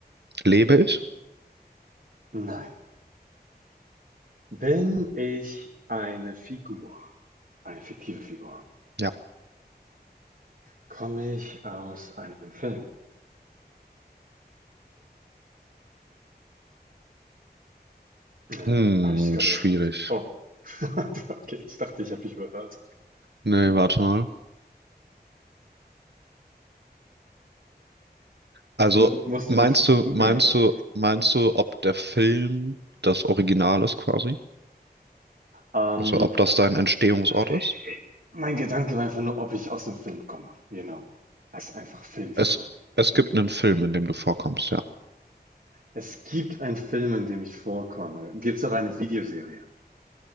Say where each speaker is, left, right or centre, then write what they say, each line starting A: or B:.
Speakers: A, on the right (about 80°); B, on the right (about 60°).
A: Lebe ich?
B: Nein. Bin ich eine Figur? Eine fiktive Figur.
A: Ja.
B: Komme ich aus einem Film? Äh,
A: Hm,
B: habe ich dich gerade
A: schwierig.
B: überhört? Oh, <laughs> okay, ich dachte, ich habe dich überhört.
A: Nee, warte mal. Also,
B: Mu musst
A: meinst
B: du dich
A: du,
B: googeln
A: meinst
B: gerade?
A: du, meinst du, ob der Film das Original ist quasi?
B: Ähm,
A: Also, ob das dein Entstehungsort
B: äh,
A: ist?
B: mein Gedanke war einfach nur, ob ich aus dem Film komme. Genau. Als einfach Filmfigur.
A: Es, es gibt einen Film, in dem du vorkommst, ja.
B: Es gibt einen Film, in dem ich vorkomme. Gibt es auch eine Videoserie.